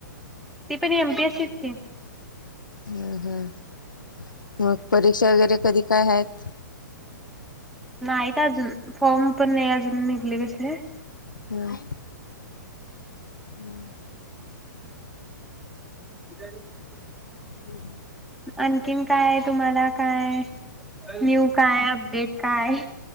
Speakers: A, in the centre; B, on the left (about 80°).
A: ती पण एम. पी. एस सी ची. की.
B: हम. हम. मग परीक्षा वगैरे कधी काय हाईत.
A: नाहीत अजून, फॉर्म पण नाही अजून निघले. कसले.
B: हम् हम्म.
A: <unintelligible>
B: <inaudible>
A: आणखीन काय तुम्हाला काय न्यू काय अपडेट काय?